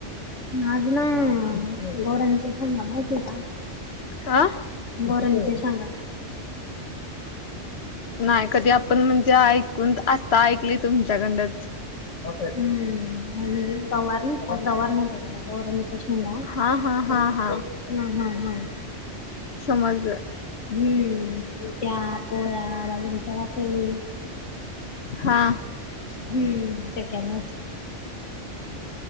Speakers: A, on the left (about 80°); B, on the left (about 60°).
A: आज ना गोरांच्या शेंगा माहितीए का
B: हा
A: गोरांच्या शेंगा
B: नाही कधी आपण म्हणजे ऐकून आता ऐकली तुमच्याकडनंच
A: ह्म्म गवार म्हणतात त्याला गवार च्या शेंगा
B: हा हा
A: त्याल
B: हा हा
A: ह हम हम हम
B: समजलं
A: हम्म त्या पोळ्या बाजरीच्या भाकरी
B: हा
A: हम्म ते केलं होत